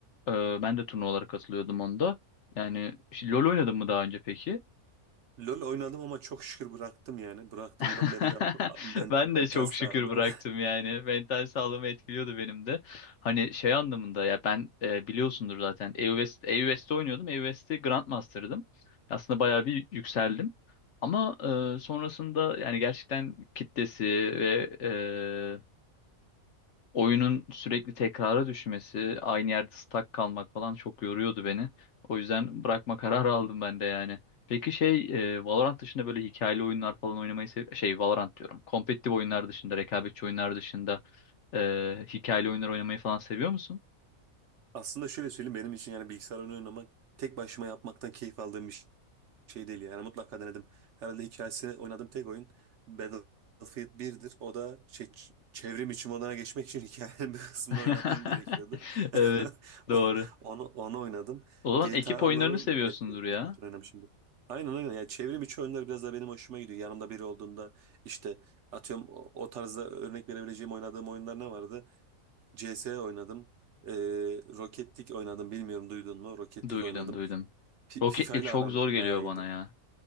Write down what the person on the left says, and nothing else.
E, ben de turnuvalara katılıyordum onda. Yani işte LoL oynadın mı daha önce peki?
<laughs>
Ben
de çok
şükür bıraktım yani. Mental sağlığımı etkiliyordu benim de. Hani şey anlamında ya ben e, biliyorsundur zaten EU-West, EU-West'te oynuyordum. EU-West'te Grandmaster'dım. Aslında bayağı bir yükseldim. Ama e, sonrasında yani gerçekten kitlesi ve e, oyunun sürekli tekrara düşmesi, aynı yerde stuck kalmak falan çok yoruyordu beni. O yüzden bırakma <laughs> kararı aldım ben de yani. Peki şey e, Valorant dışında böyle hikayeli oyunlar falan oynamayı sev şey Valorant diyorum. Kompetitif oyunlar dışında, rekabetçi oyunlar dışında e, hikayeli oyunlar oynamayı falan seviyor musun?
<laughs>
Evet, doğru.
O zaman
ekip oyunlarını seviyorsundur
ya.
Duydum,
duydum.
Rocket
League
çok
zor geliyor
bana ya.